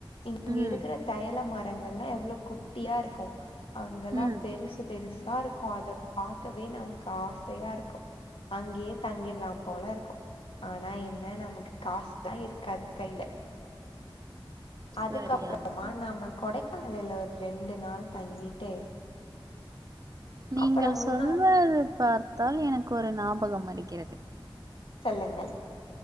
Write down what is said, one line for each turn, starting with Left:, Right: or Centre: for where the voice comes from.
Left: இங்க
Right: ம்
Left: இருக்குற தயல மரங்கள்லா எவ்ளோ குட்டியா இருக்கு அங்கெல்லா
Right: ம்
Left: பெருசு பெருசாருக்கு அத பாக்கவே நமக்கு ஆசையா இருக்கு அங்கியே தங்கிட்லா போல இருக்கு ஆனா என்ன நமக்கு காஸ் தா இருக்காது கையில அதுகப்புறமா
Right: சரியான
Left: நாம கொடைக்கானலில ஒரு ரெண்டு நாள் தங்கிட்டு
Right: நீங்கள்
Left: அப்புறோ மூணார்
Right: சொல்வது பார்த்தால் எனக்கு ஒரு ஞாபகம் வருக்கிறது
Left: சொல்லுங்கள்